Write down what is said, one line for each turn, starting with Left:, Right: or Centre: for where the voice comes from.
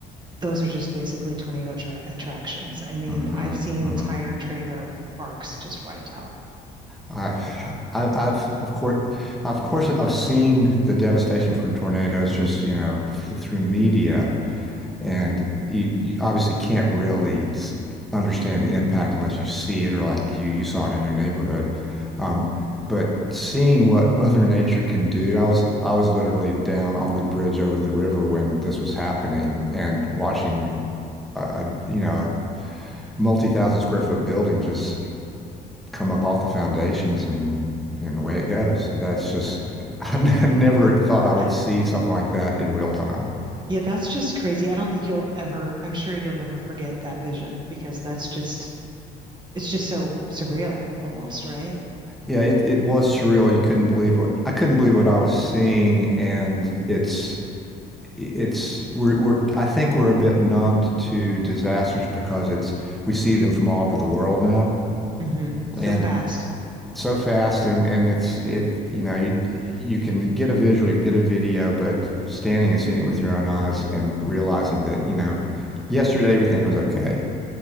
Right: those are just basically tornado tra- attractions. I mean,
Centre: hmm
Right: I've seen
Centre: hmm
Right: entire trailer parks just wiped out.
Centre: I, I I've of course of course I've seen the devastation from tornadoes just you know f- through media. and you, you obviously can't really s- understand the impact unless you see it or like you you saw it in your neighborhood. Um, but seeing what <laughs> Mother Nature can do, I was I was literally down on the bridge over the river when this was happening and watching a, a you know a multi-thousand square foot building just come up off the foundations and and away it goes. That's just
Right: That,
Centre: <laughs> I never thought I
Right: I,
Centre: would see something like that in real time.
Right: yeah, that's just crazy. I don't think you'll ever, I'm sure you'll never forget that vision because that's just, it's just so surreal almost, right?
Centre: Yeah, it it was surreal. You couldn't believe what I couldn't believe what I was seeing, and it's it's we're we're I think we're a bit numbed to disasters because it's we see them from all over the world now,
Right: hmm
Centre: That's
Right: So
Centre: and
Right: fast.
Centre: so fast, and and it's it you know you you can get a visual, you can get a video, but standing and seeing it with your own eyes and realizing that you know yesterday everything was okay,